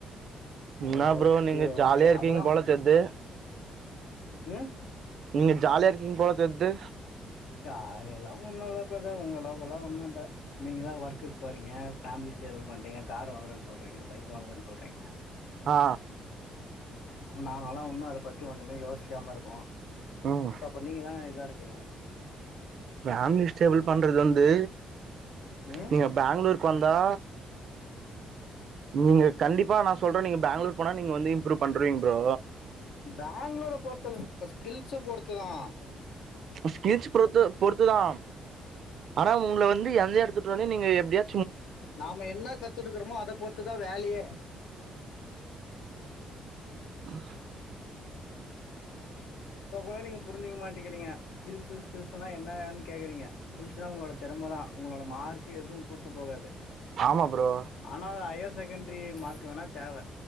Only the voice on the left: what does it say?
ஓகே
ஓகே
அப்புறம்
ம்
ஜாலி எல்லாம் ஒண்ணு இல்ல ப்ரதர் உங்க அளவுக்கெல்லா ஒண்ணும் இல்ல நீங்கதா ஒர்க்கக்கு போறீங்க ஃபேமிலி ஸ்டேபில் பண்றீங்க கார் வாங்குறேனு சொல்றீங்க பைக் வாங்குறேனு சொல்றீங்க
நாங்கல்லா உண்ணு அதபத்தி ஒண்ணுமே யோசிக்காம இருக்கோ
அப்போ நீங்கதானே இதா இருக் க்கங்க
ம்
பேங்களூரை பொறுத்துலளவ் ஸ்கில்ஸ்ச பொறுத்துதா
நாம என்ன கத்துருக்கறோமோ அத பொறுத்துதான வேலயே
<unintelligible> இப்போ கூட நீங்க புரிஞ்சுக்க மாட்டேக்கிறிங்க ஸ்கில்ஸ்சு ஸ்கில்ஸ்ன என்னன்னு கேகுறிங்க ஸ்கில்ஸ்னா உங்களோட திறமை தா உங்களோட மார்கு எதுவு கூட்டு போகாது
ஆனா ஐ எஸ் செகண்ரி மார்க்கு வேணா தேவ